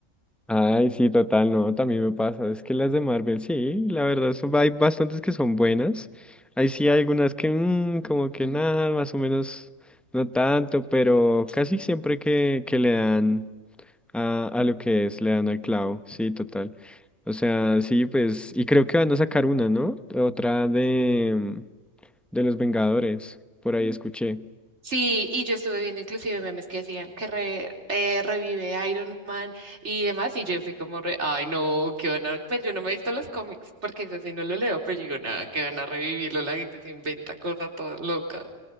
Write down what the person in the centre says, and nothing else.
Ay, sí, total, no, también me pasa. Es que las de Marvel, sí, la verdad, son- hay bastantes que son buenas. Ahí sí hay algunas que, mm, como que nada, más o menos, no tanto, pero casi siempre que, que le dan. a, a lo que es, le dan al clavo, sí, total. O sea, sí, pues, y creo que van a sacar una, ¿no? Otra de, de los Vengadores, por ahí escuché.